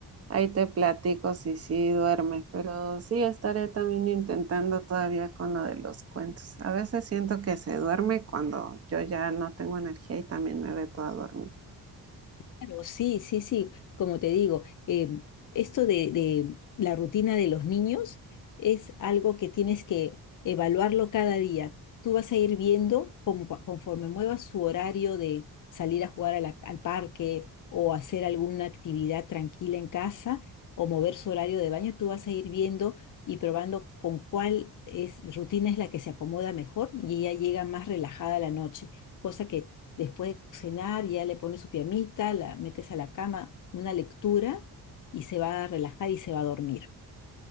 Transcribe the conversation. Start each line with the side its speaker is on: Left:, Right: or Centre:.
Right: ahí te platico si sí duermes, pero sí estaré también intentando todavía con lo de los cuentos. A veces siento que se duerme cuando yo ya no tengo energía y también me ve toda dormida.
Left: Claro, sí, sí, sí, como te digo, em, esto de, de la rutina de los niños es algo que tienes que evaluarlo cada día. Tú vas a ir viendo con- conforme muevas su horario de salir a jugar a la- al parque o hacer alguna actividad tranquila en casa o mover su horario de baño, tú vas a ir viendo y probando con cuál es, rutina es la que se acomoda mejor y ella llega más relajada a la noche, cosa que Después de cenar, ya le pones su piamita, la metes a la cama, una lectura y se va a relajar y se va a dormir.